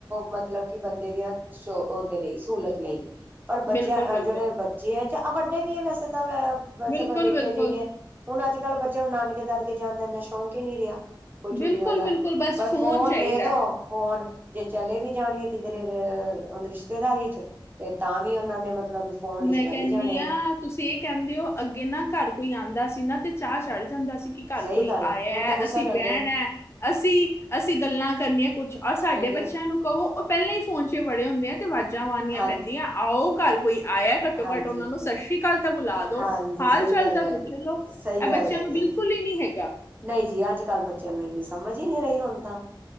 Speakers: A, on the right (about 25°); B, on the left (about 30°).
A: ਮਤਲਬ ਕਿ ਬੰਦੇ ਦੀਆਂ ਉਹਦੇ ਲਈ ਸਹੂਲਤ ਲਈ ਪਰ ਬੱਚਿਆਂ
B: ਬਿਲਕੁਲ ਬਿਲਕੁਲ
A: ਜਿਹੜੇ ਬੱਚੇ ਹੈ ਜਾਂ ਵੱਡੇ ਵੀ ਹੈ ਵੈਸੇ ਤਾਂ ਵੈਲ ਆਹ- ਵੈਸੇ
B: ਬਿਲਕੁਲ
A: ਆਪਾਂ ਦੇਖਿਆ
B: ਬਿਲਕੁਲ
A: ਜਾਈਏ ਹੁਣ ਅੱਜ ਕੱਲ੍ਹ ਬੱਚਿਆਂ ਨੂੰ ਨਾਨਕੇ ਦਾਦਕੇ ਜਾਣ ਦਾ ਇੰਨਾ ਸ਼ੌਕ ਹੀ ਨਹੀ ਰਿਹਾ। ਕੋਈ ਛੁੱਟੀਆਂ
B: ਬਿਲਕੁਲ
A: ਦਾ
B: ਬਿਲਕੁਲ
A: ਬਸ ਫੋਨ
B: ਚਾਹੀਦਾ
A: ਦੇ ਦੋ
B: ਹੈ।
A: ਫੋਨ ਜੇ ਚਲੇ ਵੀ ਜਾਣਗੇ ਕਿਧਰੇ ਅਹ ਰਿਸ਼ਤੇਦਾਰੀ ਚ ਤੇ ਤਾਂ ਵੀ ਉਹਨਾਂ ਨੇ ਮਤਲਬ ਫੋਨ ਹੀ
B: ਮੈਂ
A: ਚਲਾਈ
B: ਕਹਿੰਦੀ
A: ਜਾਣੇ
B: ਹਾਂ
A: ਆ
B: ਤੁਸੀਂ ਇਹ ਕਹਿੰਦੇ ਹੋ ਅੱਗੇ ਨਾ ਘਰ ਕੋਈ ਆਦਾ ਸੀ ਨਾ ਤੇ ਚਾਹ ਚੜ ਜਾਂਦਾ ਸੀ ਕਿ ਘਰ
A: ਸਹੀ
B: ਕੋਈ
A: ਗੱਲ ਆ
B: ਆਇਆ
A: ਹੁਣ ਤਾਂ ਗੁੱਸਾ
B: ਅਸੀਂ
A: ਚੜ
B: ਬਹਿਣ ਹੈ ਅਸੀਂ ਅਸੀਂ ਗੱਲਾਂ ਕਰਨੀਆਂ ਕੁਛ ਔਰ ਸਾਡੇ
A: ਜਾਂਦਾ
B: ਬੱਚਿਆਂ ਨੂੰ ਕਹੋ ਉਹ ਪਹਿਲਾਂ ਹੀ ਫੋਨ ਬੜੇ ਹੁੰਦੇ ਆ ਆਵਾਜ਼ਾਂ ਮਾਰਨੀਆਂ
A: ਹਾਂਜੀ,
B: ਪੈਂਦੀਆਂ ਆਓ ਘਰ ਕੋਈ ਆਇਆ ਘੱਟੋ
A: ਹਾਂਜੀ,
B: ਘੱਟ ਉਹਨਾ ਨੂੰ ਸਤਿ ਸ੍ਰੀ ਅਕਾਲ ਤਾਂ ਬੁਲਾ ਦੋ
A: ਹਾਂਜੀ
B: ਹਾਲ
A: ਸਹੀ
B: ਚਾਲ
A: ਗੱਲ
B: ਤਾਂ
A: ਹੈ
B: ਪੁੱਛ
A: ਜੀ।
B: ਲੋ
A: ਸਹੀ
B: ਇਹ
A: ਗੱਲ
B: ਬੱਚਿਆਂ
A: ਹੈ
B: ਨੂੰ
A: ਜੀ,
B: ਬਿਲਕੁਲ ਹੀ ਨਹੀਂ ਹੈਗਾ
A: ਨਹੀਂ ਜੀ ਅੱਜ ਕੱਲ੍ਹ ਬੱਚਿਆਂ ਨੂੰ ਇੰਨੀ ਸਮਝ ਹੀ ਨਹੀਂ ਰਹੀ ਹੁਣ ਤਾਂ